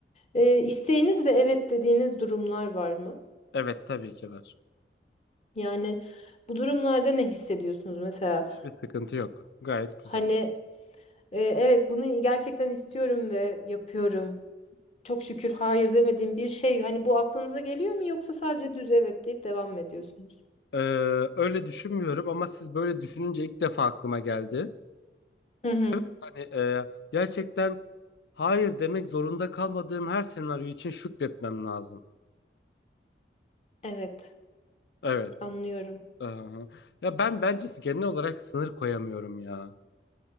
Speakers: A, on the left; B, on the left.
A: E, isteğinizle evet dediğiniz durumlar var mı?
B: Evet tabii ki var.
A: Yani bu durumlarda ne hissediyorsunuz mesela?
B: Hiçbir sıkıntı yok. Gayet güzel.
A: Hani e, evet bunu gerçekten istiyorum ve yapıyorum. Çok şükür hayır demediğim bir şey. Hani bu aklınıza geliyor mu yoksa sadece düz evet deyip devam mı ediyorsunuz?
B: Ee, öyle düşünmüyorum ama siz böyle düşününce ilk defa aklıma geldi.
A: Hı hı.
B: Evet hani e, gerçekten hayır demek zorunda kalmadığım her senaryo için şükretmem lazım.
A: Evet,
B: Evet.
A: anlıyorum.
B: Aha. Ya ben bence genel olarak sınır koyamıyorum ya.